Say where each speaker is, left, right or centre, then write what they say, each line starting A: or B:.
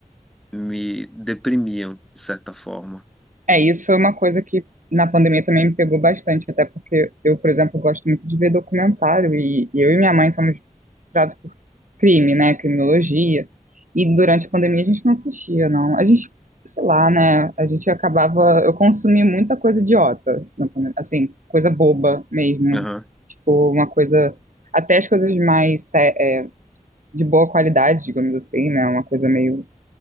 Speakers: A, in the centre; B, on the right.
A: me deprimiam, de certa forma.
B: É, isso foi uma coisa que na pandemia também me pegou bastante, até porque eu, por exemplo, gosto muito de ver documentário e, e eu e minha mãe somos frustrados por crime, né, criminologia. E durante a pandemia a gente não assistia, não. A gente, sei lá, né, a gente acabava, eu consumi muita coisa idiota, na pandemia, assim, coisa boba mesmo.
A: Aham,
B: Tipo, uma coisa, até as coisas mais sé- é, de boa qualidade, digamos assim, né, uma coisa meio